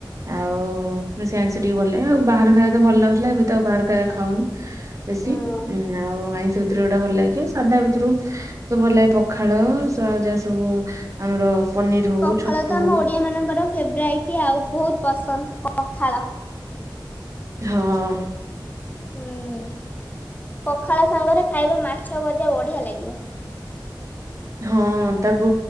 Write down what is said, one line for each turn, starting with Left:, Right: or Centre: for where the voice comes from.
Right: ଆଉ ଓ <unintelligible> ଟିକେ ଭଲ ଆଉ ବାହାର ଖାଇବା ତ ଭଲ ଲାଗୁଥିଲା ଏବେ ତ ବାହାର ଖାଇବା ଖାଉନି। ବେଶୀ
Left: ହଁ
Right: ଆଉ ଆଇଁଷ ଭିତରୁ ଗୋଟା ଭଲ ଲାଗେେ ସାଧା ଭିତରୁ ମତେ ଭଲ ଲାଗେ ପଖାଳ <unintelligible> ଯାହା ସବୁ ଆମର ପନିର ହଉ
Left: ପଖାଳ
Right: ଛତୁ
Left: ତ ଆମ ଓଡିଆ ମାନଙ୍କର ଫେବରାଇଟି ଆଉ ବହୁତ ପସନ୍ଦ ପଖାଳ
Right: ହଁ।
Left: ହୁଁ ପଖାଳ ସାଙ୍ଗରେ ଖାଇବ ମାଛ ଭଜା ବଢିଆ ଲାଗିବ। <inaudible>
Right: ହଁ ତାକୁ